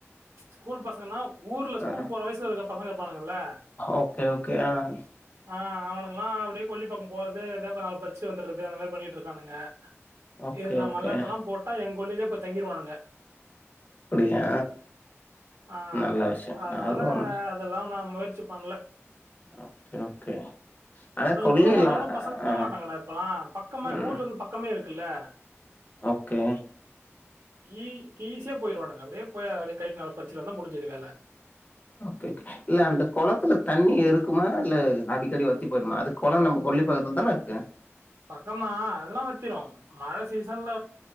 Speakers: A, on the right (about 70°); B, on the left (about 35°).
A: ஸ்கூல் பசங்கன்னா ஊர்ல ஸ்கூல்
B: அ
A: போற வயசுல இருக்க பசங்க இருப்பானுங்கல்ல
B: ஓகே ஓகே ஆஹ்
A: ஆஹ் அவனுங்கல்லா அப்டியே கொல்லிப்பக்கோ போறது எதாவ்து நா பறிச்சுட்டு வந்துறது அந்த மாரி பண்ணிட்டு இருக்கானுங்க
B: ஓகே
A: இதுல்ல
B: ஓகே
A: மல்லாட்டல்லா போட்டா எங்க கொள்ளில போய் தங்கிருவானுங்க
B: அப்படியா
A: ஆ
B: நல்ல விஷயம்
A: அதனால
B: அதுவும்
A: அதெல்லா நா முயற்சி பண்ல
B: ஓகே ஓகே ஆனா
A: கொஞ்சோ
B: கொல்லில
A: தூரமா வந்தா கூட பசங்க போமாட்டாங்கடா
B: ஆ
A: இப்பல்லா பக்கமா
B: ம்
A: ஊர்ல இருந்து பக்கமே இருக்குல்ல
B: ஓகே
A: ஈ கீசியா போயிருவானுங்க அப்டியே போய் அப்டியே கைக்கு நல்லா பறிச்சுனு வந்தா முடிஞ்சுது வேல
B: ஓகே இல்ல அந்த குளத்துல தண்ணி இருக்குமா இல்ல அடிக்கடி வத்தி போயிடுமா அது குளோ நம்ம கொல்லி பக்கத்துல தானே இருக்கு
A: பக்கோதா அதெல்லா வத்திரு மழ சீசன்ல